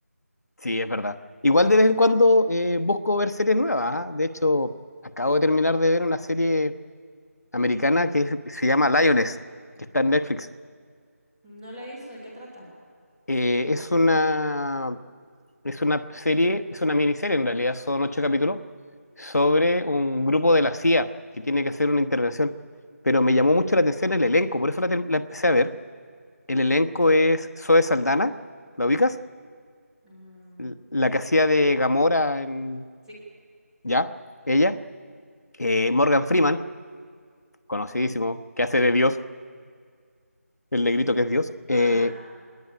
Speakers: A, on the left; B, in the centre.
A: Sí, es verdad. Igual de vez en cuando eh, busco ver series nuevas. ¿ah? De hecho, acabo de terminar de ver una serie americana que es- se llama Lioness, que está en Netflix.
B: No la he visto, ¿de qué trata?
A: Eh, es una Es una serie, es una miniserie en realidad, son ocho capítulos sobre un grupo de la CIA que tiene que hacer una intervención. Pero me llamó mucho la atención el elenco, por eso la, ter- la empecé a ver. El elenco es Zoe Saldana, ¿la ubicas?
B: Mm,
A: L- La que hacía de Gamora en...
B: sí,
A: ¿Ya? Ella. Eh, Morgan Freeman, conocidísimo, que hace de Dios, el negrito que es Dios.
B: ajá.
A: Eh,